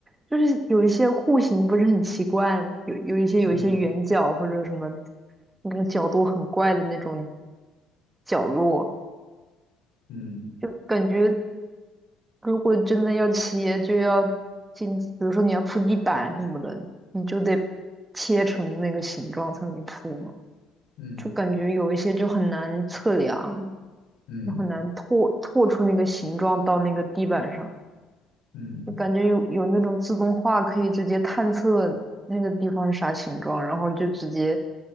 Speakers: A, on the right; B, on the left.
A: 就是有一些户型不是很奇怪吗？有有一些有一些圆角或者什么
B: 嗯
A: 那个角度很怪的那种角落，
B: 嗯
A: 就感觉如果真的要切，就要进，比如说你要铺地板什么的，你就得切成那个形状才能铺嘛，
B: 嗯
A: 就感觉有一些就很难测量。
B: 嗯
A: 就很难拓拓出那个形状到那个地板上。
B: 嗯，
A: 就感觉有有那种自动化可以直接探测那个地方是啥形状，然后就直接